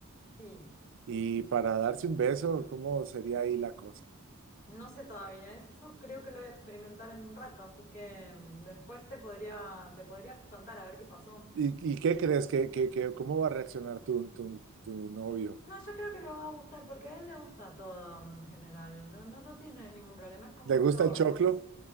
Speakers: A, on the left (about 40°); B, on the right (about 60°).
A: Sí,
B: Y para darse un beso, ¿cómo sería ahí la cosa?
A: no sé todavía eso, creo que lo voy a experimentar en un rato, así que em, después te podría, te podría contar a ver qué pasó.
B: ¿Y, y qué crees que, que, que- cómo va a reaccionar tu, tu, tu novio?
A: No, yo creo que le va a gustar porque a él le gusta todo en general. No, no, no tiene ningún problema, es como
B: ¿Le gusta
A: yo,
B: el choclo?
A: es...